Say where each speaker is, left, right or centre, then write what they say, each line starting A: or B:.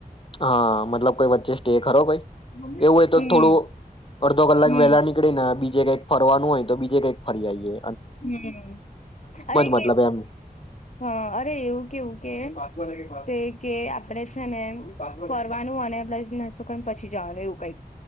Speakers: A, on the left (about 35°); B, on the left (about 50°).
A: હા મતલબ કોઈ વચ્ચે સ્ટે ખરોો કોઈ
B: હમ
A: એવું હોય તો થોડું અડધો કલાક
B: હમ
A: વહેલા નીકળી ને બીજે કઈક ફરવાનું હોય તો બીજે કઈક ફરીયઈએ
B: હમ અરે
A: મતલબ
B: કે
A: એમ
B: હા અરે એવું કેવું કેમ કે આપડે છે ને ફરવાનું અને આપડે નાસ્તો કરીને પછી જવાનું એવું કઈ